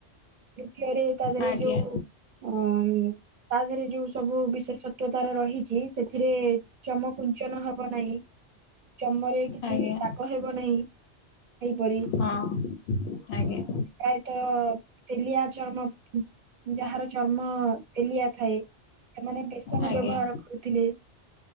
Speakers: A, on the right; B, on the left.
A: ତୃତୀୟରେ ତା ଦେହରେ
B: ଆଜ୍ଞା
A: ଯୋଉ ଅ ତା ଦେହରେ ଯୋଉ ସବୁ ବିଶେଷତ ତାର ରହିଚି ସେଥିରେ ଚମ କୁଞ୍ଚନ ହବ ନାହିଁ ଚମରେ କିଛି
B: ଆଜ୍ଞା
A: ଦାଗ ହେବ ନାହିଁ ସେପରି।
B: ହଁ ଆଜ୍ଞା।
A: ପ୍ରାୟତଃ ତେଲିଆ ଚର୍ମ ଯାହାର ଚର୍ମ ତେଲିଆ ଥାଏ ସେମାନେ ବେସନ
B: ଆଜ୍ଞା
A: ବ୍ୟବହାର କରୁଥିଲେ।